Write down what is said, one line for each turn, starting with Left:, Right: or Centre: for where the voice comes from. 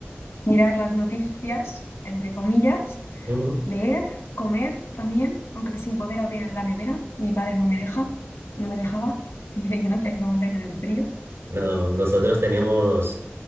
Left: mirar las noticias, entre comillas,
Right: Ujú.
Left: leer, comer también, aunque sin poder abrir la nevera. Mi padre no me deja, no me dejaba. <laughs> Dice que no, que hay que mantener el frío.
Right: No, nosotros teníamos